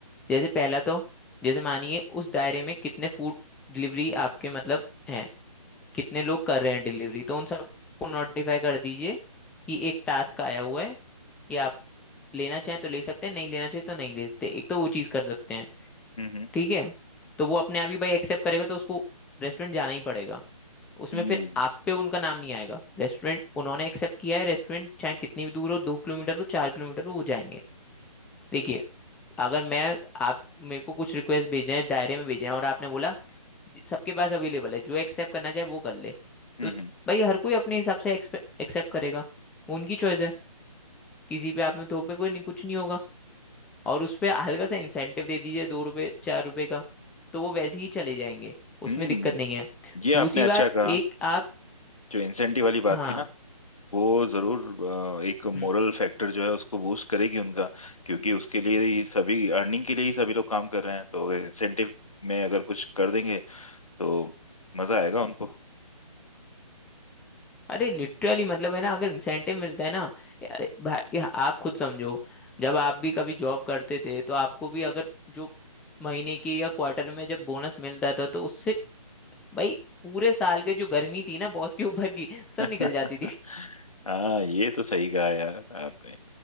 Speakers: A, in the centre; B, on the left (about 65°).
A: जैसे पहला तो जैसे मानिए उस दायरे में कितने फूड डिलीवरी आपके मतलब हैं कितने लोग कर रहे हैं डिलीवरी तो उन सबको नोटिफाई कर दीजिए कि एक टास्क आया हुआ है कि आप लेना चाहें तो ले सकते हैं नहीं लेना चाहें तो नहीं ले सकते एक तो वो चीज़ कर सकते हैं
B: हम्म
A: ठीक है तो वो अपने आप ही भाई एक्सेप्ट करेगा तो उसको रेस्टोरेंट जाना ही पड़ेगा उसमें
B: हम्म
A: फिर आप पे उनका नाम नहीं आएगा रेस्टोरेंट उन्होंने एक्सेप्ट किया है रेस्टोरेंट चाहे कितनी भी दूर हो दो किलोमीटर हो चार किलोमीटर हो वो जाएंगे देखिए अगर मैं आप मेरे को कुछ रिक्वेस्ट भेजे हैं दायरे में भेजे हैं और आपने बोला "जी, सबके पास अवेलेबल है जो एक्सेप्ट करना चाहे वो कर ले
B: हम्म
A: तो
B: हम्म
A: भाई हर कोई अपने हिसाब से एक्सेप्ट करेगा वो उनकी चॉइस है किसी पे आपने तो पे कोई नहीं कुछ नहीं होगा और उस पे हल्का सा इंसेंटिव दे दीजिए दो रुपये चार रुपये का तो वो वैसे ही चले जाएंगे
B: हम्म।
A: उसमें दिक्कत नहीं है
B: ये
A: दूसरी
B: आपने अच्छा
A: बात
B: कहा
A: एक आप
B: जो इंसेंटिव वाली बात
A: हाँ
B: थी ना वो जरूर अ, एक
A: हम्म।
B: मोरल फैक्टर जो है उसको बूस्ट करेगी उनका क्योंकि उसके लिए ही सभी अर्निंग के लिए ही सभी लोग काम कर रहे हैं तो इंसेंटिव में अगर कुछ कर देंगे तो मजा आएगा उनको
A: अरे लिटरली मतलब है ना अगर इंसेंटिव मिलता है ना यार भाई आप खुद समझो जब आप भी कभी जॉब करते थे तो आपको भी अगर जो महीने की या क्वार्टर में जब बोनस मिलता था तो उससे भाई पूरे साल के जो गर्मी थी ना बॉस के ऊपर की सब
B: <laughs>
A: निकल जाती थी <laughs>
B: हाँ ये तो सही कहा यार आपने